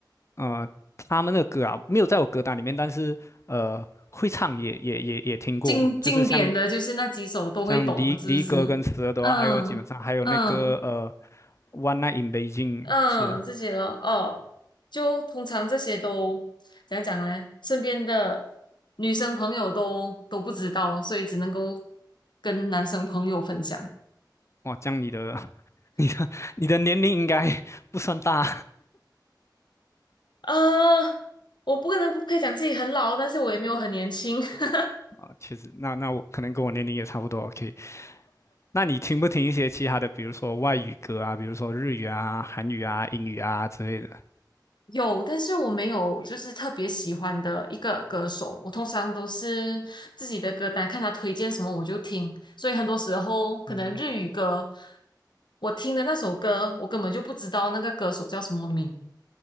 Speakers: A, on the left (about 40°); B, on the left (about 75°).
A: 呃，他们的歌啊，没有在我歌单里面，但是呃，会唱也也也也听过，
B: 经经典的就是那几首都会懂，
A: 就是像像离离歌跟死了都要爱哦，
B: 是不是？嗯嗯
A: 基本上还有那个呃，One Night in Beijing
B: 嗯，
A: 是
B: 这些咯，哦，就通常这些都怎样讲呢？身边的女生朋友都都不知道，所以只能够跟男生朋友分享。
A: 哇，这样你的 <laughs> 你你的年龄应该 <laughs> 不算大
B: 啊、我不可能不可以讲自己很老，但是我也没有很年轻。<laughs>
A: <laughs> 确其实那那我可能跟我年龄也差不多，OK，那你听不听一些其他的，比如说外语歌啊，比如说日语啊、韩语啊、英语啊之类的？
B: 有，但是我没有就是特别喜欢的一个歌手，我通常都是自己的歌单，看他推荐什么我就听，所以很多时候可能日语歌，
A: 嗯
B: 我听的那首歌，我根本就不知道那个歌手叫什么名，